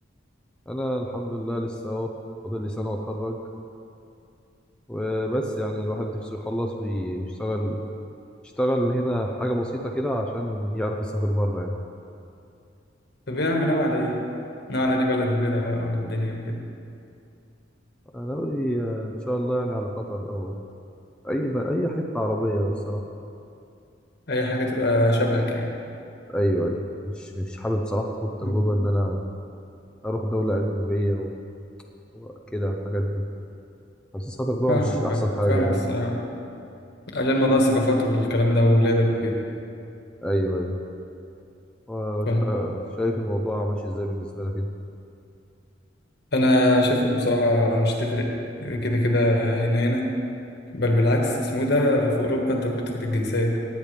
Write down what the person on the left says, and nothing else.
طب ايه يا عم ناوي على ايه ناوي على انهي بلد وكده بقى والدنيا وكده
اي حاجه تبقى شبهك يعني
مم.
فاهمك
فاهم
فاهمك
الصراحه عشان موضوع الثقافات والكلام ده وولادك وكده
فاهم
انا شايف ان بصراحه مش تفرق كده كده هنا هنا بل بالعكس اسمه إيه ده في اوروبا انت ممكن تاخد الجنسيه